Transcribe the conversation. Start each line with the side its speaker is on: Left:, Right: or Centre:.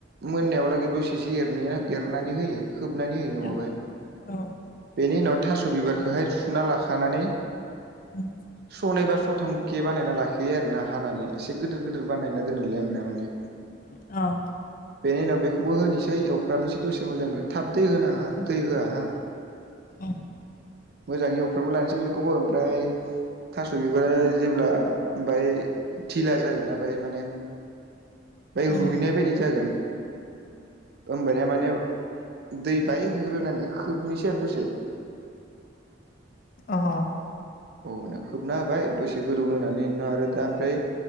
Right: मोननायावलागै दसिसो एरनाय एरनानै होयो। खोबनानै होयो नङाबा
Left: औ औ
Right: बेनि उनाव थास' बिबारखोहाय सुना लाखानानै
Left: उम
Right: सनै बा सथाम के बानायना लाखियो आरोना हानानै एसे गोदोर गोदोर बानायना दोनोलै आंना माने।
Left: औ।
Right: बेनि उनाव बेखौबो होनोसै एवफ्रामनोसै दसे मोजांनो थाब दै होनाङा दै होआ हा।
Left: उम
Right: मोजाङै एवफ्रामना लानोसै बेखौबो ओमफ्राय थास' बिबारा जेब्ला बाय थिला जागोनना बाय माने बाय
Left: उम
Right: रुइनाय
Left: अ
Right: बायदि जागोन ओमबानिया माने दै बाय होग्रोनानै खोबनिसै आरो दसे।
Left: औ औ।
Right: अ नो खोबना होबाय दसे गोदौनो होनानै इनि उनाव आरो ओमफ्राय